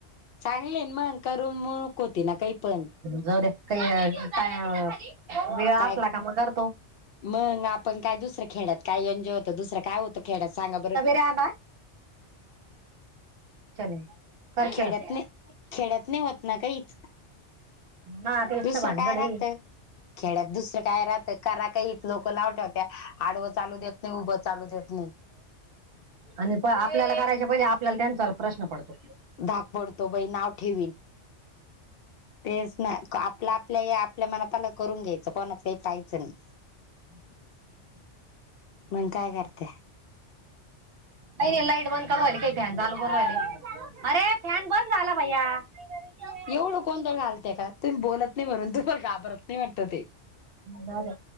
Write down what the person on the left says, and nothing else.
चांगले मग करून मुक होती ना काही पण
काय
मग आपण काय दुसरं खेळ्यात काय एन्जॉय होतं दुसरं काय होतं खेळत सांगा बरं.
खेड्यात
नाही खेड्यात नाही होत ना काहीच.
दुसरं
काय राहतं
खेड्यात दुसरं काय राहतं करा का इ लोक लावत होत्या आडव चालू देत नाही उभं चालू देत नाही.
धाक पडतो बाई नाव ठेवीन तेच. नाही आपल्या आपल्या या आपल्या मनातला करून घ्यायचं कोणात काही पाहायचं नाही.
मग काय करते.
एवढं गोंधळ घालते का तुम्ही बोलत नाही म्हणून तुम्हाला घाबरत नाही वाटत ते.